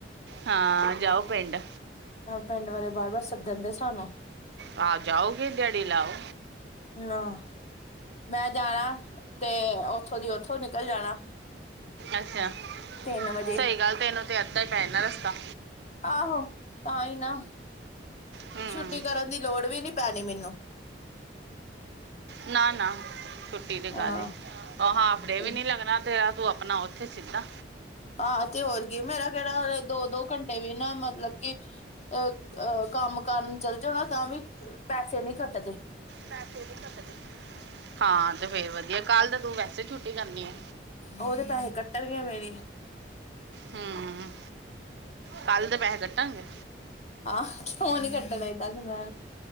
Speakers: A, on the right; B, on the left.
A: ਹਾਂ ਜਾਓ ਪਿੰਡ।
B: ਪਿੰਡ ਵਾਲੇ ਬਾਰ ਬਾਰ ਸੱਦਣ ਦੇ ਸਾਨੂੰ
A: ਆਹ ਜਾਓਗੇ ਦੈਆੜੀ ਲਾਓ।
B: <unintelligible> ਮੈਂ ਜਾਣਾ, ਤੇ ਓਥੋਂ ਦੀ ਓਥੋਂ ਨਿਕਲ ਜਾਣਾ।
A: ਅੱਛਾ,
B: ਤਿੰਨ ਵਜੇ
A: ਸਹੀ ਗੱਲ ਤੇਨੂੰ ਤੇ ਅੱਧਾ ਈ ਪੈ ਜਨਾ ਰਸਤਾ।
B: ਆਹੋ, ਤਾਂ ਈ ਨਾ,
A: ਹੂੰ
B: ਛੁੱਟੀ ਕਰਨ ਦੀ ਲੋੜ ਵੀ ਨੀ ਪੈਣੀ ਮੈਨੂੰ।
A: ਨਾ-ਨਾ, ਛੁੱਟੀ ਤੇ
B: ਹਾਂ
A: ਕਾਦੀ, ਹਾਫ ਡੇ
B: ਤੇ
A: ਵੀ ਨੀ ਲੱਗਨਾ ਤੇਰਾ ਤੂੰ ਆਪਨਾ ਓ ਉੱਥੇ ਸਿੱਧਾ।
B: ਆਂ, ਤੇ ਹੋਰ ਕੀ, ਮੇਰਾ ਤੇ ਰਾਹ ਵੇ ਦੋ ਦੋ ਘੰਟੇ ਵੀ ਨਾ ਮਤਲਬ ਕਿ ਅ ਅ ਕੰਮ ਕਰਨ ਚੱਲ ਜੋ ਨਾ ਤਾਂ ਵੀ ਪੈਸੇ ਨੀ ਕੱਟਦੇ।
A: ਪੈਸੇ ਵੀ <unintelligible> ਹਾਂ ਤੇ ਫੇਰ ਵਧੀਆ, ਕੱਲ ਤੇ ਤੂੰ ਵੈਸੇ ਛੁੱਟੀ ਕਰਨੀ ਏ।
B: ਉਹਦੇ ਪੈਹੇ ਕੱਟਨਗੇ ਮੇਰੇ।
A: ਹੁੰ, ਕੱਲ ਦੇ ਪੈਹੇ ਕੱਟਨਗੇ।
B: ਆਹ ਕਿਉਂ ਨੀ ਕੱਟਨੇ ਏਦਾਂ ਤੇ ਮੈ